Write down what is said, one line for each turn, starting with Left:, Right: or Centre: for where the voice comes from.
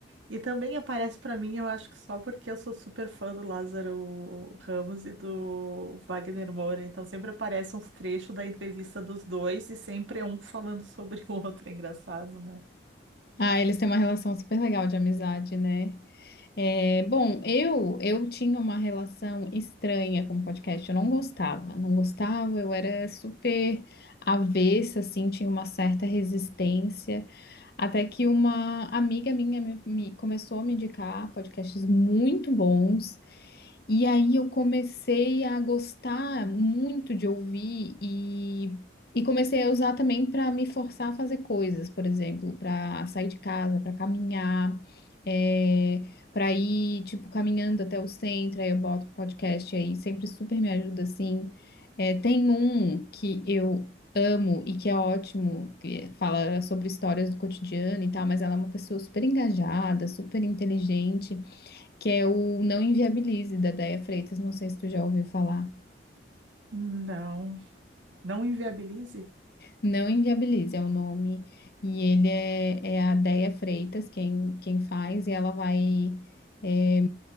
Right: E também aparece para mim, eu acho que só porque eu sou super fã do Lázaro Ramos e do Wagner Moura. Então sempre aparecem uns trechos da entrevista dos dois e sempre é um falando sobre o outro. É engraçado, né?
Left: Ah, eles têm uma relação super legal de amizade, né? É, bom, eu eu tinha uma relação estranha com podcast. Eu não gostava, não gostava. Eu era super avessa, assim, tinha uma certa resistência. Até que uma amiga minha me, me- começou a me indicar podcasts muito bons e aí eu comecei a gostar muito de ouvir e, e comecei a usar também para me forçar a fazer coisas, por exemplo, para sair de casa, para caminhar, é, para ir tipo caminhando até o centro, aí eu boto um podcast aí, sempre super me ajuda assim. É, tem um que eu amo e que é ótimo, que fala sobre histórias do cotidiano e tal, mas ela é uma pessoa super engajada, super inteligente que é o Não Inviabilize, da Déia Freitas, não sei se tu já ouviu falar.
Right: Não. Não inviabilize?
Left: Não Inviabilize é o nome, e ele é, é a Déia Freitas quem, quem faz, e ela vai eh,